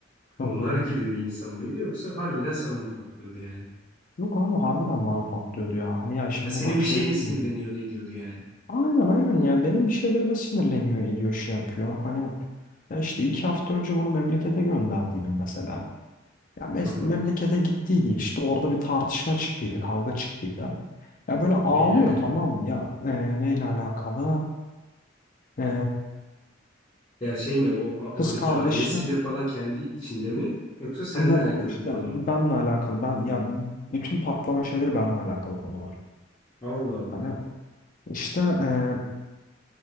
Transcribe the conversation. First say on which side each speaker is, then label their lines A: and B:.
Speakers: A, on the left; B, on the left.
A: hı
B: Onlar
A: hı.
B: gibi bir insan mıydı yoksa harbiden sana mı patlıyordu yani?
A: Yok abi harbiden bana patlıyordu ya. Hani ya şimdi
B: Ha, senin
A: bak
B: bir
A: şey
B: şeyine
A: değil
B: sinirleniyordu
A: mi?
B: ediyordu yani.
A: Aynen aynen ya benim bir şeylerime sinirleniyor ediyor şey yapıyor. Hani ya işte iki hafta önce bunu memlekete gönderdiydim mesela. Ya mes-
B: Hı hı.
A: memlekete gittiydi işte orada bir tartışma çıktıydı, kavga çıktıydı. Ya böyle ağlıyor
B: Neyle alakalı?
A: tamam mı? Ya e, neyle alakalı? E,
B: Ya şey mi o oradaki
A: kız kardeşinin
B: ailesiyle falan kendi içinde mi yoksa seninle
A: yok
B: alakalı
A: işte
B: bir konu
A: benle
B: mu?
A: alakalı. Ben ya bütün patlama şeyleri benle alakalı konular.
B: Allah Allah.
A: Hani işte e,